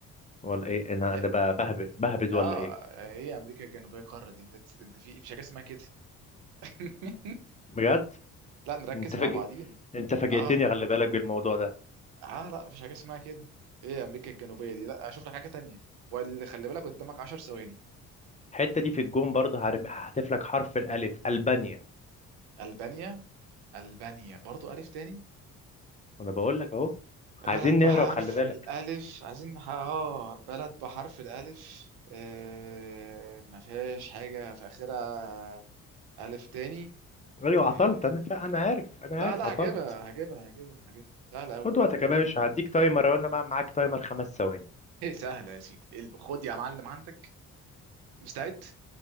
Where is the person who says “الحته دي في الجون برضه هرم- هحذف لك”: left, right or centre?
Left